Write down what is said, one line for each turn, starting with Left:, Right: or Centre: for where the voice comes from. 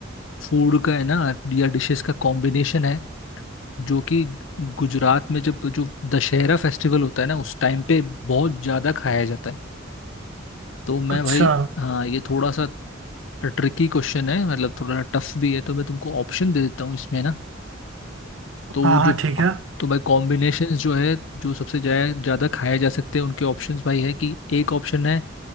Left: फूड का है ना या डिशेस का कॉम्बिनेशन है जो कि गुजरात में जब जो दशहरा फेस्टिवल होता है ना उस टाइम पे बहुत ज्यादा खाया जाता है तो मैं
Right: अच्छा
Left: भाई हाँ ये थोड़ा सा ट्रिकी क्वेश्चन है मतलब थोड़ा टफ भी है तो मैं तुमको ऑप्शन दे देता हूँ इसमें ना तो
Right: हाँ
Left: जो
Right: हाँ ठीक है
Left: तो भाई कॉम्बिनेशंस जो है जो सबसे ज्यादा ज्यादा खाए जा सकते हैं उनके ऑप्शंस भाई है कि एक ऑप्शन है